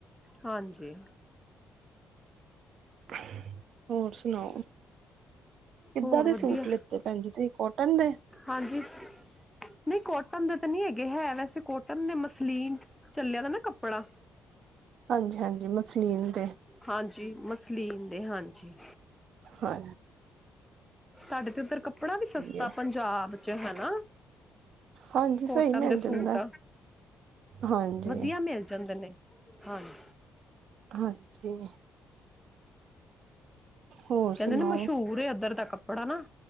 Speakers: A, in the centre; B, on the right.
A: ਹਾਂਜੀ।
B: <inaudible> ਹੋਰ ਸੁਣਾਓ ਕਿੱਦਾਂ
A: ਹੋਰ
B: ਦੇ
A: ਵਧੀਆ
B: ਸੂਟ ਲਿੱਤੇ ਭੈਣ ਜੀ ਤੁਸੀਂ ਕੋਟਨ ਦੇ।
A: ਹਾਂਜੀ। ਨਹੀਂ ਕੋਟਨ ਦੇ ਤਾਂ ਨਹੀਂ ਹੈਗੇ ਹੈ ਵੈਸੇ ਕੋਟਨ ਨੇ ਮਸਲੀਨ ਚੱਲਿਆ ਦਾ ਨਾ ਕੱਪੜਾ।
B: ਹਾਂਜੀ-ਹਾਂਜੀ ਮਸਲੀਨ ਦੇ
A: ਹਾਂਜੀ ਮਸਲੀਨ ਦੇ ਹਾਂਜੀ।
B: ਹਾਂ
A: ਸਾਡੇ ਤੇ ਉੱਧਰ ਕੱਪੜਾ ਵੀ ਸਸਤਾ
B: ਹੈ
A: ਪੰਜਾਬ ਚ ਹੈਨਾ।
B: ਹਾਂਜੀ
A: ਕੋਟਨ
B: ਸਹੀ ਮਿਲ
A: ਦੇ
B: ਜਾਂਦਾ
A: ਸੂਟ
B: ਹਾਂਜੀ
A: ਵਧੀਆ ਮਿਲ ਜਾਂਦੇ ਨੇ। ਹਾਂਜੀ।
B: ਹਾਂਜੀ। ਹੋਰ
A: ਕਹਿੰਦੇ
B: ਸੁਣਾਓ
A: ਨਾ ਮਸ਼ਹੂਰ ਇੱਧਰ ਦਾ ਕੱਪੜਾ ਨਾ।